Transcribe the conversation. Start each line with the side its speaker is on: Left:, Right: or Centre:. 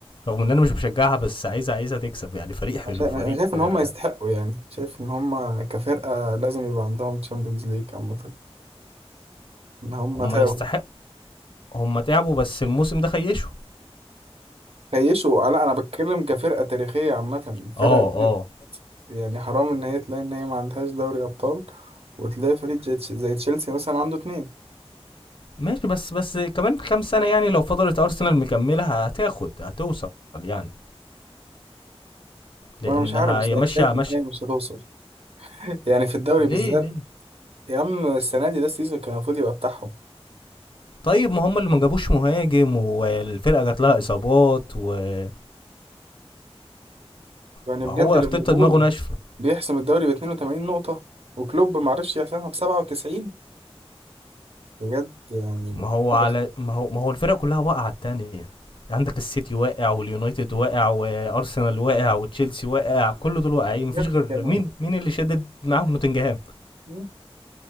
Left: رغم ان انا مش بشجعها بس عايز عايزها تكسب يعني فريق حلو
Right: عشان
Left: فريق
Right: انا شايف ان
Left: آه
Right: هم يستحقوا يعني شايف ان هم كفرقة لازم يبقى عندهم تشامبيونز ليج عامة ان هم
Left: هم
Right: تعبوا
Left: يستحق هم تعبوا بس الموسم ده خيشوا
Right: خيشوا لا انا بتكلم كفرقة تاريخية عامة الفرقة
Left: اه اه
Right: دي يعني حرام ان هي تلاقي ان هي ما عندهاش دوري ابطال وتلاقي فريق زي تش- زي تشيلسي مثلا عنده اتنين
Left: ماشي بس بس كمان كام سنه يعني لو فضلت ارسنال مكمله هتاخد هتوصل يعني لانها
Right: فانا مش عارف بصراحه
Left: هي ماشيه
Right: شايف
Left: ماشيه
Right: ان هي مش هتوصل <laughs> يعني في الدوري
Left: ليه
Right: بالذات
Left: ليه
Right: يا عم السنه دي ده السيزون كان المفروض يبقى بتاعهم
Left: طيب ما هم اللي ما جابوش مهاجم والفرقه جات لها اصابات وما
Right: يعني
Left: ما
Right: بجد
Left: هو
Right: ليفربول
Left: ارتيتا دماغه ناشفه
Right: بيحسم الدوري ب 82 نقطه وكلوب ما عرفش يحسمها ب 97 بجد يعني
Left: ما هو
Right: حدث
Left: على ما هو ما هو الفرق كلها واقعه على التانية عندك السيتي واقع واليونايتد واقع وارسنال واقع وتشيلسي واقع كل دول واقعين مفيش
Right: بجد
Left: غير
Right: كانوا
Left: مين مين اللي شدد معاهم نوتنجهام
Right: مم.